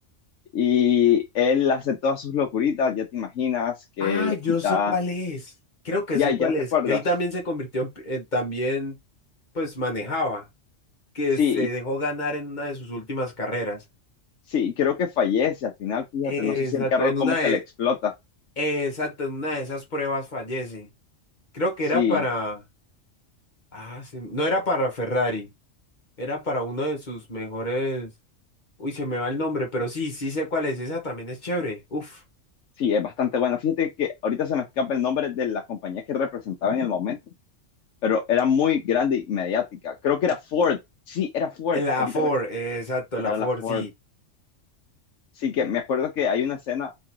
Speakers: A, on the left; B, on the left.
A: Y él hace todas sus locuritas, ya te imaginas que
B: Ah,
A: le quita,
B: yo sé cuál es. Creo que
A: ya,
B: sé
A: ya
B: cuál
A: te
B: es.
A: acuerdas.
B: Él también se convirtió en, pi- en- también, pues manejaba, que
A: Sí,
B: se dejó
A: y-
B: ganar en una de sus últimas carreras.
A: sí, creo que fallece al final, fíjate,
B: Exacto,
A: no sé si el carro
B: en
A: como
B: una
A: que
B: de,
A: le explota.
B: exacto, en una de esas pruebas fallece. Creo que
A: Sí,
B: era para, ah, sí, no era para Ferrari, era para uno de sus mejores. Uy, se me va el nombre, pero sí, sí sé cuál es. Esa también es chévere. Uf.
A: sí, es bastante bueno. Fíjate que ahorita se me escapa el nombre de la compañía que representaba en el momento, pero era muy grande y mediática. Creo que era Ford. Sí, era Ford.
B: Eh, La
A: Ahorita
B: Ford,
A: re-
B: eh, exacto,
A: era
B: la Ford,
A: la Ford.
B: sí.
A: Sí, que me acuerdo que hay una escena